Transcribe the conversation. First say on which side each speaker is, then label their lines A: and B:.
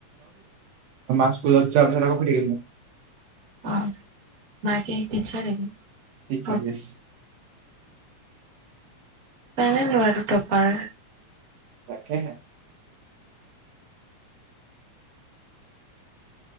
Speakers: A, on the right; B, on the right.
A: মা স্কুলত যোৱা পিছত আকৌ শুই থাকিম।
B: অ মা কি টিচ্ছাৰ‌ নেকি?
A: টিচ্ছাৰ‌
B: অ
A: য়েচ।
B: তাৰে ল'ৰাটো টপাৰ।
A: তাকেহে।